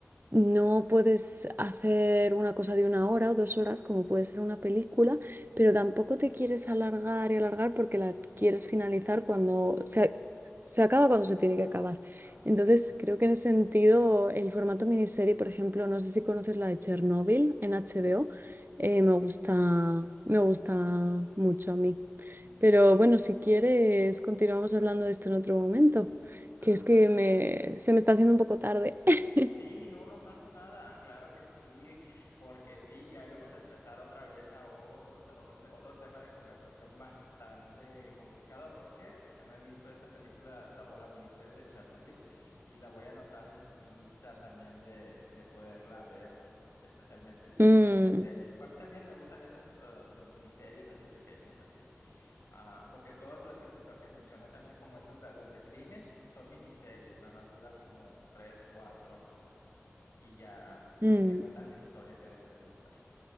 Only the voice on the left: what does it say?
Mm,
Ándale.
Mm,
ándale.
Sí, no, no pasa nada, claro que sí, porque sí, ya íbamos a empezar otra vez a otro, te- otro, te- otro tema de conversación bastante complicado. ¿Por qué? Porque no he visto esa película la- o la miniserie de Chernobyl y la voy a anotar en tu- mi lista también de, de poderla ver, especialmente si es
una miniserie. A mí también me gustan esas ah, de miniseries así pequeñas, así, ah, porque todas las que te esto- que mencioné también, como esas, la- las de crimen, son miniseries, nada más duran como tres, cuatro y ya
te cuentan la historia que deben de contar.